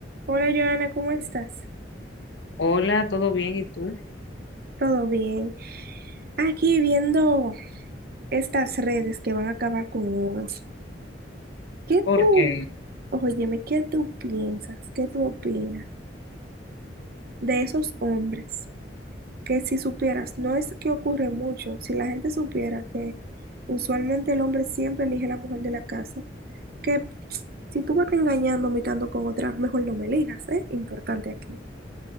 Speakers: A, on the right (about 55°); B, on the left (about 85°).
A: Hola, Joana, ¿cómo estás?
B: Hola, ¿todo bien? ¿Y tú?
A: ¿Todo bien? Aquí viendo estas redes que van a acabar con uno. ¿Qué
B: Porque,
A: tú, óyeme, qué tú piensas, qué tú opinas de esos hombres que si supieras, no es que ocurre mucho, si la gente supiera que usualmente el hombre siempre elige a la mujer de la casa, que si tú me estás engañando, mitando con otras, mejor no me elijas, ¿eh? Importante aquí.